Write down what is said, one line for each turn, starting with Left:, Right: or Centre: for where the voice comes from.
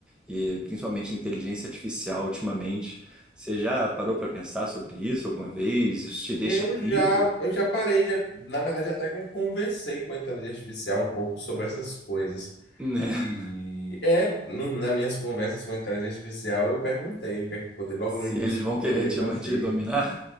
Centre: e principalmente de inteligência artificial ultimamente. Você já parou para pensar sobre isso alguma vez? Isso te deixa
Left: Eu
Centre: aflito,
Left: já, eu já parei, já, na verdade, até que eu conversei com a inteligência artificial um pouco sobre essas coisas.
Centre: né?
Left: E é, no- nas minhas conversas com a inteligência artificial, eu perguntei o que é que poderia,
Centre: <laughs>
Left: logo
Centre: Se
Left: no início,
Centre: eles
Left: o
Centre: vão
Left: que
Centre: querer
Left: poderia
Centre: te,
Left: fazer.
Centre: te dominar?